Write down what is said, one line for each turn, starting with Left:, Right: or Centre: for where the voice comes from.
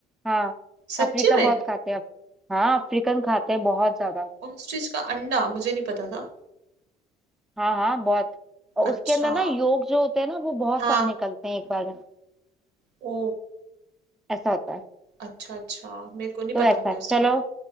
Centre: हाँ
Right: सच्ची
Centre: अफ्रीका
Right: में
Centre: बहुत खाते हैं हाँ अफ्रीकन खाते हैं बहुत ज्यादा
Right: ऑस्ट्रिच का अंडा मुझे नहीं पता था
Centre: हाँ हाँ बहुत और
Right: अच्छा
Centre: उसके अंदर ना योग जो होते हैं ना वो बहुत
Right: हाँ
Centre: सारे निकलते हैं एक बार में
Right: ओ
Centre: ऐसा होता है
Right: अच्छा अच्छा मेरे को नहीं
Centre: तो
Right: पता
Centre: ऐसा
Right: था
Centre: है
Right: इसका
Centre: चलो